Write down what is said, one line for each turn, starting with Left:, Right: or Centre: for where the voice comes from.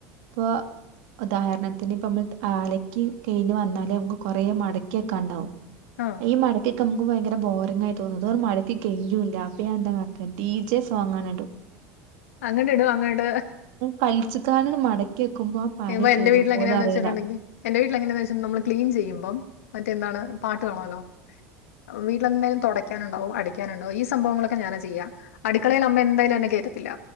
Right: പ്പൊ ഉദാഹരണത്തിന് ഇപ്പ നമ്മൾ ആലക്ക് കഴിഞ്ഞ് വന്നാലേ നമുക്ക് കൊറെ മടക്കിയൊക്കെ ഉണ്ടാവും
Left: ആഹ്.
Right: മടക്ക കം <unintelligible> ഭയങ്കര ബോറിംഗ ആയി തോന്നത് മഴയ്ക്ക് കയൂല്ല അപ്പൊഞാൻ എന്താ കാട്ടാ ഡി, ജെ സോങ്ങടും.
Left: അങ്ങട്ട ഇടും അങ്ങട
Right: കളിച്ചിക്കാനട് മടക്കി വെക്കുമ്പോ ആ പണി
Left: ഇ എന്റെ
Right: കഴിഞ്ഞ
Left: വീട്ടിൽ
Right: പോലും
Left: എങ്ങനെയാന്ന്
Right: അറിയില്ല
Left: വെച്ചിട്ടുണ്ടെങ്കി എന്റെ വീട്ട എങ്ങനെയന്ന് വെച്ചട്ടണ്ട നമ്മ ക്ലീൻ ചെയ്യുമ്പം മറ്റെന്താണ് പാട്ട് കാണല്ലോ വീട്ടിലെന്തായാലും തുടക്കാനോണ്ടാവും അടിക്കാനോണ്ടാവും ഈ സംഭവങ്ങളൊക്കെ ഞാനാ ചെയ്യാം അടുക്കളയിൽ അമ്മ എന്തായാലും എന്നെ കയറ്റത്തില്ല